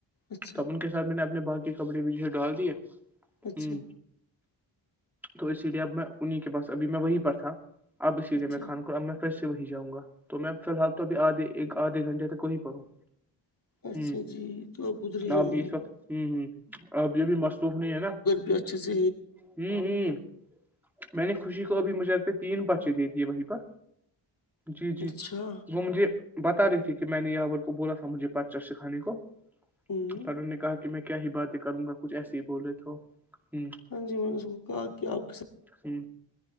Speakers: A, on the left (about 45°); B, in the centre.
A: اچھا
B: تب ان کے سر میں نے اپنے باغ کے کپڑے بھی جو ڈال دیے
A: اچھا
B: ہ تو اسی لیے اب میں انہیں کے پاس ابھی میں وہیں پر تھا اب اسی لیے
A: اچھا
B: میں خان کوور اب سے وہی جاں گا تو میں فی الحال تو ابھی آھے ایک آدھے گھنٹے تک وہی پرڑوں
A: اچھا
B: ہ
A: جی تو ادھر ہی جائیں
B: آپ بھی اس
A: گے
B: وقت ہ ہ اب یہ بھیھی مصروف نہیں ہے نا
A: تھذ
B: ہ ہوں میں نے خوشی کو ابھی مجھے پ تین بچے دے دیے وہیں پر جی جی
A: اچھا
B: وہ مجھے بتا رہی تھی کہ میں نے یاور کو بولا تھا مجھے پاچر سکھانے کو
A: ہوں،
B: پر ان نے کہا کہ میں کیا ہی باتیں کروں گا کچھ ایسے ہی بولے تو ہاں
A: جی میں نے اس کو کہا کہ آپ کے ساتھ
B: ہاں